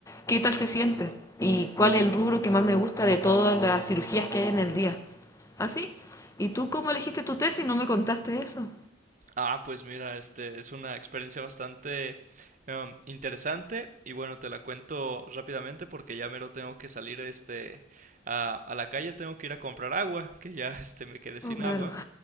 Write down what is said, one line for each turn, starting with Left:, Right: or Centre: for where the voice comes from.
Left: qué tal se siente y cuál es el rubro que más me gusta de todas las cirugías que hay en el día. Así. ¿Y tú cómo elegiste tu tesis? No me contaste eso.
Right: Ah, pues mira, este es una experiencia bastante em, interesante y bueno, te la cuento rápidamente porque ya mero tengo que salir este a, a la calle, tengo que ir a comprar agua, que ya <laughs> este me quedé sin
Left: Oh, claro.
Right: agua.